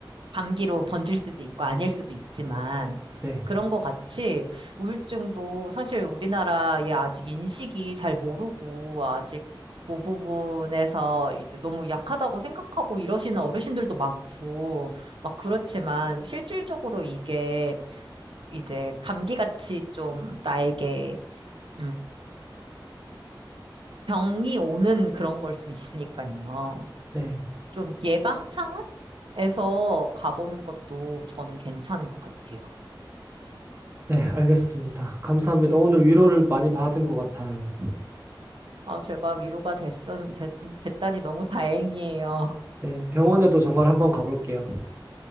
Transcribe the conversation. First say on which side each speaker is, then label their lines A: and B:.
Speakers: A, on the right; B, on the right.
A: 감기로 번질 수도 있고 아닐 수도 있지만
B: 네,
A: 그런 것 같이 우울증도 사실 우리나라에 아직 인식이 잘 모르고 아직 그 부분에서 이제 너무 약하다고 생각하고 이러시는 어르신들도 많고 막 그렇지만 실질적으로 이게 이제 감기같이 좀 나에게 음, 병이 오는 그런 걸 수 있으니까요.
B: 네.
A: 좀 예방 차원에서 가보는 것도 저는 괜찮은 것 같아요.
B: 네, 알겠습니다. 감사합니다. 오늘 위로를 많이 받은 것 같아요.
A: 아, 제가 위로가 됐음, 됐, 됐다니 너무 다행이에요.
B: 네, 병원에도 정말 한번 가볼게요.